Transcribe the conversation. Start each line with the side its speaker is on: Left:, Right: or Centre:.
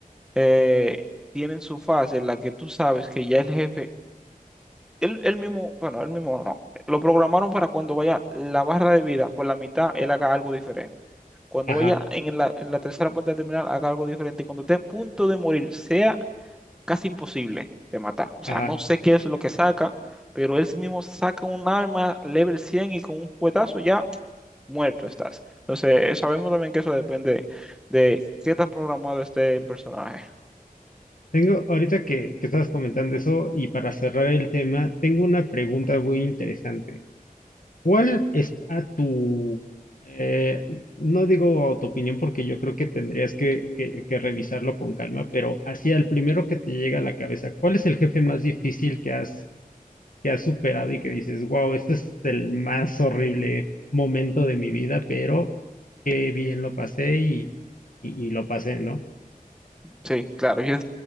Centre: eh, tienen su fase en la que tú sabes que ya el jefe, él, él mismo, bueno, él mismo no, lo programaron para cuando vaya la barra de vida por la mitad, él haga algo diferente. Cuando
Left: Ajá,
Centre: vaya en la, en la tercera parte del terminal, haga algo diferente. Y cuando esté a punto de morir, sea casi imposible de matar. O sea,
Left: ajá.
Centre: no sé qué es lo que saca, pero él mismo saca un arma level 100 y con un puetazo ya muerto estás. Entonces, sabemos también que eso depende de qué tan programado esté el personaje.
Left: Tengo, ahorita que, que estabas comentando eso, y para cerrar el tema, tengo una pregunta muy interesante. ¿Cuál es a tu, eh, no digo a tu opinión porque yo creo que tendrías que, que, que revisarlo con calma, pero hacia el primero que te llega a la cabeza, ¿cuál es el jefe más difícil que has, que has superado y que dices, wow, este es el más horrible momento de mi vida, pero qué bien lo pasé y, y y lo pasé, ¿no?
Centre: Sí, claro. <laughs> Yo,